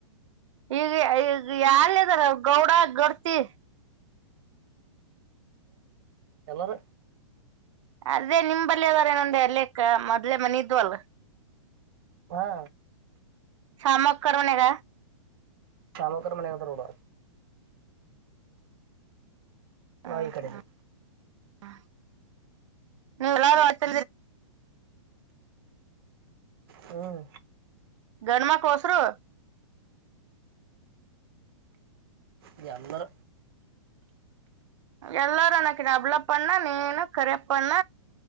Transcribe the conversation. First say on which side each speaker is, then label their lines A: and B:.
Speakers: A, on the right (about 70°); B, on the right (about 50°).
A: ಈಗ ಈಗ ಯಾರ್ ಇದದಾರ ಗೌಡ ಗರ್ತಿ
B: ಎಲ್ಲಾರ
A: ಅದೇ ನಿಮ್ ಬಲ್ಲಿಿ ಅದಾರೆ ನಂದೆ ಅಲ್ಲಕ್ಕ ಮೊದ್ಲೆ ಮನ ಇದ್ ಅಲ್
B: ಹಾ
A: ಶಾಮಕ್ಕಣಗ
B: ಶಾಮಕರ ಮನೆತ್ರೋಡ
A: ಹಾ
B: ನಾವ್ ಈ
A: ಹಾ
B: ಕಡೆದಿ
A: ಹ ನೀ ಎಲ್ಲತ
B: ಹ್ಮ್
A: ಗಣಮ ಕಸರು
B: ನ್ನ
A: ಎಲ್ಲಾರು ನಕ್ಕೆ ಡಬಲ ಪಣ್ಣ ನೀನು ಕರೆ್ಣ್ಣ